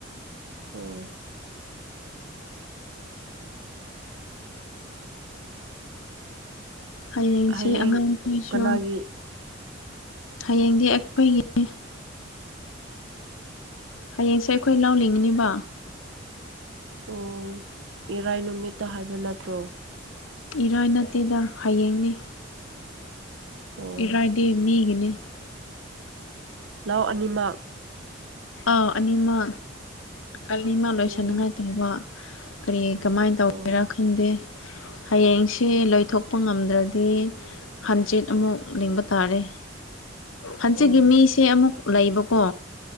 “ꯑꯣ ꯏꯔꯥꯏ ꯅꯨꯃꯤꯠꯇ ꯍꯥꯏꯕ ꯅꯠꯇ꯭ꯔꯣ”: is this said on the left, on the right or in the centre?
Right